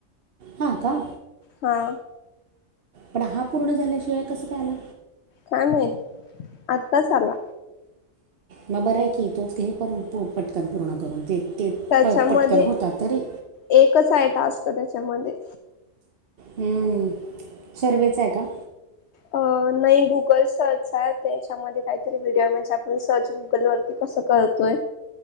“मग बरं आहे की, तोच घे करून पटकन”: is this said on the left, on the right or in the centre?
Right